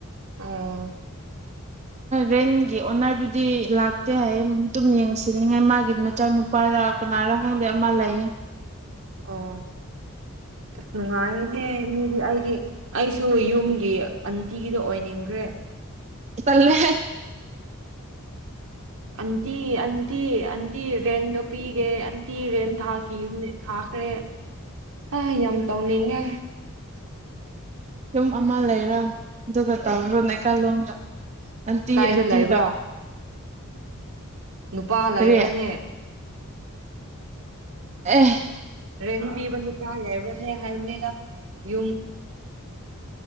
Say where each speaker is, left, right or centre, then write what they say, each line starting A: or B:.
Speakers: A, on the right; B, on the right.
A: ꯑ
B: ꯔꯦꯟꯒꯤ ꯑꯣꯅꯔꯗꯨꯗꯤ ꯂꯥꯛꯇꯦ ꯍꯥꯏꯌꯦ ꯑꯗꯨꯝ ꯌꯦꯡꯁꯤꯟꯅꯤꯡꯉꯥꯏ ꯃꯥꯒꯤ ꯃꯆꯥꯅꯨꯄꯥꯔ ꯀꯅꯥꯔꯥ ꯈꯪꯗꯦ ꯑꯃ ꯂꯩ
A: ꯑꯣ ꯑꯁ ꯅꯨꯡꯉꯥꯏꯍꯦ ꯃꯤꯗꯤ ꯑꯩꯗꯤ ꯑꯩꯁꯨ ꯌꯨꯝꯒꯤ ꯑꯟꯇꯤꯒꯤꯗꯣ ꯑꯣꯏꯅꯤꯡꯈ꯭ꯔꯦ
B: ꯇꯜꯂꯦ
A: ꯑꯇꯤ ꯑꯇꯤ ꯑꯇꯤ ꯔꯦꯟꯟꯣ ꯄꯤꯒꯦ ꯇꯤ ꯔꯦꯟ ꯊꯥ ꯊꯥ ꯐꯦ ꯑ ꯌꯥꯝ ꯇꯧꯅꯤꯡꯉꯦ
B: ꯁꯨꯝ ꯑꯃ ꯂꯩ ꯑꯗꯨꯒꯗꯨꯒ ꯇꯔꯣꯅꯦ ꯀꯂꯣꯡꯒ ꯑꯟꯇꯤ
A: ꯀꯥꯏꯗ
B: ꯑꯟꯇꯤ
A: ꯂꯩꯕ꯭ꯔꯥ ꯅꯨꯄꯥ ꯂꯩꯕ꯭ꯔꯥꯅꯦ
B: ꯀꯔꯤ ꯑꯦ ꯑ
A: ꯔꯦꯟ ꯄꯤꯕ ꯅꯨ ꯇꯥꯏꯦꯕꯦ ꯍꯥꯏꯔꯒ ꯌꯨꯝ